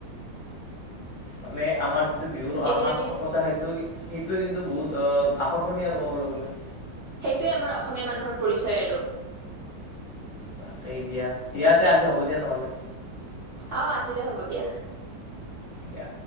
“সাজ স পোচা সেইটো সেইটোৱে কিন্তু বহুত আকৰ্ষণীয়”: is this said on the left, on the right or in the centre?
Left